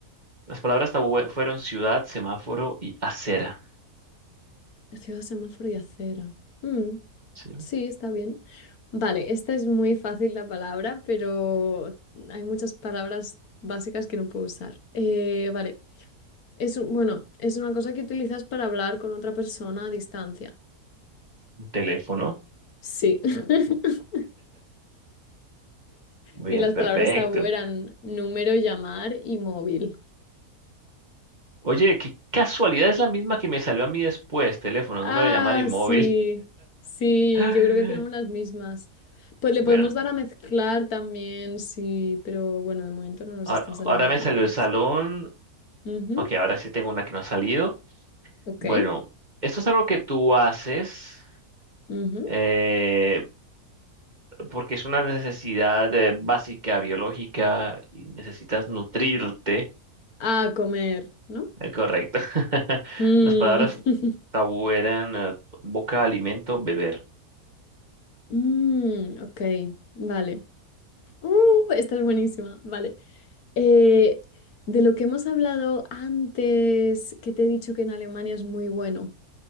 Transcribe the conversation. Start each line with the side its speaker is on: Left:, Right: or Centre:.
Right: Las palabras tabú fueron ciudad, semáforo y acera.
Left: Ciudad, semáforo y acera. Mm,
Right: Sí, un
Left: sí, está bien. Vale, esta es muy fácil la palabra, pero hay muchas palabras básicas que no puedo usar. Eh, vale, es un- bueno, es una cosa que utilizas para hablar con otra persona a distancia.
Right: Teléfono.
Left: Sí. <laughs>
Right: Muy
Left: Y
Right: bien,
Left: las
Right: perfecto.
Left: palabras tabú eran número, llamar y móvil.
Right: Oye, qué casualidad es la misma que me salió a mí después. Teléfono,
Left: Ah,
Right: número de llamar y móvil.
Left: sí, sí,
Right: <laughs>
Left: yo creo que tenemos las mismas. Pues le
Right: Bueno,
Left: podemos dar a mezclar también, sí, pero bueno, de momento no nos
Right: ahora,
Left: están saliendo
Right: ahora me
Left: tantas.
Right: salió el salón.
Left: Ujú,
Right: Ok, ahora sí tengo una que no ha salido.
Left: Ok.
Right: Bueno, esto es algo que tú haces
Left: ujú.
Right: eh, porque es una necesidad eh, básica, biológica, y necesitas nutrirte.
Left: A comer, ¿no?
Right: Eh, Correcto. <laughs>
Left: Mm,
Right: Las palabras
Left: <laughs>
Right: tabú eran eh, boca, alimento, beber.
Left: mm, ok, vale. Uh, esta es buenísima, vale. Eh, de lo que hemos hablado antes, que te he dicho que en Alemania es muy bueno